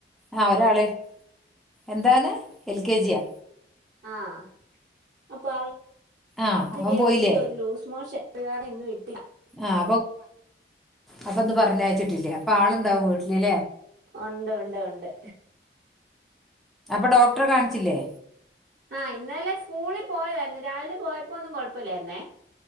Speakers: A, in the centre; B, on the right (about 55°).
A: ആ ഒരാള് എന്താണ് എൽ കെ ജിയാ
B: ആഹ അപ്പൊ ആൾക്ക്
A: ആ അവൻ പോയില്ലേ
B: ഈ ഒരു ലൂസ് മോഷൻ പിഴട എന്നന്ന് <unintelligible>
A: ആഹ് അപ്പൊ ഇന്ന് പറഞ്ഞയച്ചിട്ടില്ല അപ്പൊ ആളുണ്ടാവും വീട്ടിലല്ലേ
B: ഉണ്ട് ഉണ്ട് ഉണ്ട്
A: അപ്പൊ ഡോക്ടറെ കാണിച്ചില്ലേ
B: ആഹ ഇന്നലെ സ്കൂളിൽ പോയതായിരുന്നു രാവിലെ പോയപ്പോന്നും കൊഴപ്പൊല്ലായിരുന്നേ